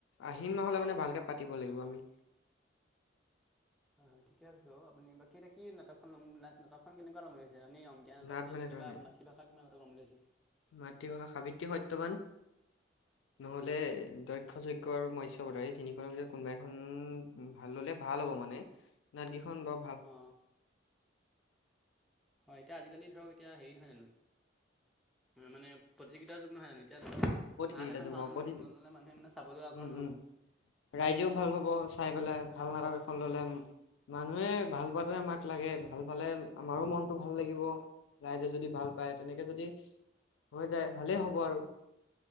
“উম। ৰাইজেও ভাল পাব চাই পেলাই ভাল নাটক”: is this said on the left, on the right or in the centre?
Left